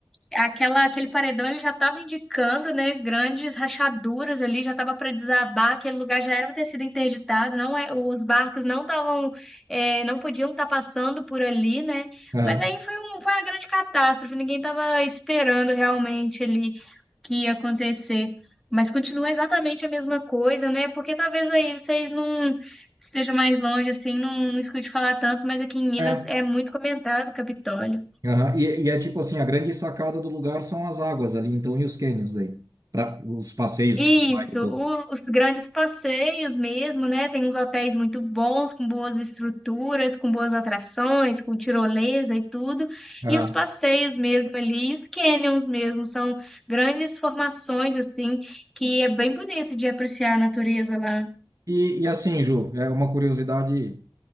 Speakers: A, in the centre; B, on the right (about 45°).
A: Aquela, aquele paredão ele já estava indicando, né, grandes rachaduras ali, já estava para desabar, aquele lugar já era para ter sido interditado, não é, os barcos não estavam, é, não podiam estar passando por ali, né?
B: Aham.
A: Mas aí foi, um, foi uma grande catástrofe, ninguém estava esperando realmente ali que ia acontecer. Mas continua exatamente a mesma coisa, né? Porque talvez aí vocês não estejam mais longe, assim, não, não escute falar tanto, mas aqui em Minas
B: É.
A: é muito comentado, o Capitólio.
B: Aham. E, e é tipo assim, a grande sacada do lugar são as águas ali, então, e os cânions aí para os passeios
A: Isso,
B: que se faz e tudo.
A: o- os grandes passeios mesmo, né? Tem uns hotéis muito bons, com boas estruturas, com boas atrações, com tirolesa e tudo.
B: Aham.
A: E os passeios mesmo ali, e os canyons mesmo, são grandes formações, assim, que é bem bonito de apreciar a natureza lá.
B: E, e assim, Ju, é uma curiosidade